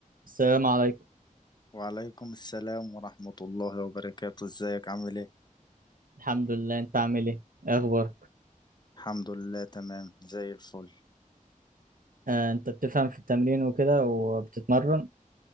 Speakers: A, on the right (about 85°); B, on the left (about 30°).
A: السلام عليكم
B: وعليكم السلام ورحمة الله وبركاته ازيك عامل ايه؟
A: الحمد لله انت عامل ايه ايه اخبارك
B: الحمد لله تمام زي الفل
A: آه انت بتفهم في التمرين وكده وبتتمرن